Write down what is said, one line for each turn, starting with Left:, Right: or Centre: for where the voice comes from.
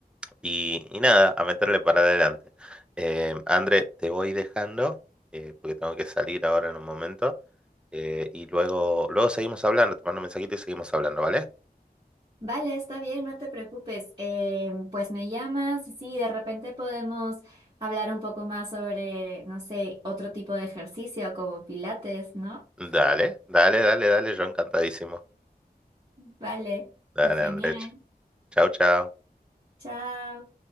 Centre: Y, y nada, a meterle para adelante. Eh, André, te voy dejando, eh, porque tengo que salir ahora en un momento. eh, y luego, luego seguimos hablando, te mando un mensajito y seguimos hablando, ¿vale?
Right: Vale, está bien, no te preocupes. Eh, pues me llamas y sí, de repente podemos hablar un poco más sobre, no sé, otro tipo de ejercicio como pilates, ¿no?
Centre: Dale, dale, dale, dale, yo encantadísimo.
Right: Vale,
Centre: Dale,
Right: fue genial.
Centre: André. Chao, chao.
Right: Chao.